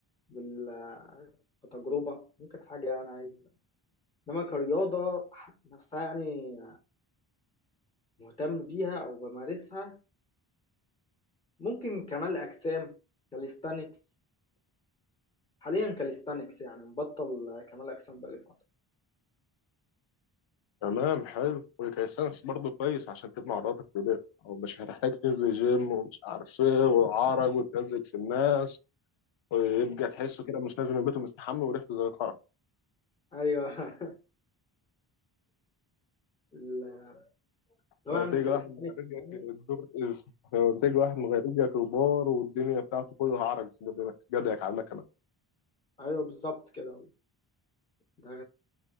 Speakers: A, on the left; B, on the left.
A: بال- كتجربة ممكن حاجة يعني عايز إنما كرياضة ح- نفسها يعني مهتم بيها أو بمارسها ممكن كمال أجسام كاليستانكس حاليا كاليستانكس يعني مبطل كمال أجسام بقالي فترة
B: تمام حلو وكيسانس برضه كويس عشان تبني عضلاتك في ايديك او مش هتحتاج تنزل جيم ومش عارف ايه وعرج وتمزج في الناس ويبقى تحسه كده مش نازل من بيته مستحمى وريحته زي الخرا
A: أيوة <laughs> ال- اللي هو
B: وتيجي
A: يعني الكاليستانكس
B: واحد مغرجك
A: يعني
B: الدور تيجي واحد مغرجك وبار والدنيا بتاعته كلها عرج في جد- جدك على المكنه
A: أيوة بالظبط كده ده